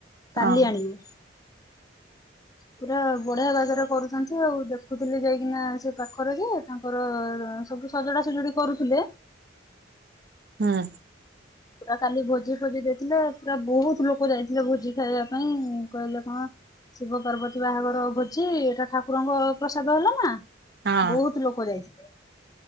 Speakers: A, on the left (about 20°); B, on the right (about 60°).
A: କାଲି
B: ଓହୋ
A: ଆଣିବି। ପୁରା ବଢିଆ ବାଗେରେ କରୁଛନ୍ତି ଆଉ ଦେଖୁଥିଲି ଯାଇକିନା ସେ ପାଖରେ ଯେ ତାଙ୍କର ସବୁ ସଜଡା ସଜଡି କରୁଥିଲେ।
B: ହୁଁ।
A: ପୁରା କାଲି ଭୋଜି ଫୋଜି ଦେଇଥିଲେ ପୁରା ବହୁତ ଲୋକ ଯାଇଥିଲେ ଭୋଜି ଖାଇବା ପାଇଁ କହିଲେ କଣ ଶିବ ପାର୍ବତୀ ବାହାଘର ଭୋଜି ଏଟା ଠାକୁରଙ୍କ ପ୍ରସାଦ ହେଲା ନା?
B: ହଁ
A: ବହୁତ ଲୋକ ଯାଇଥିଲେ।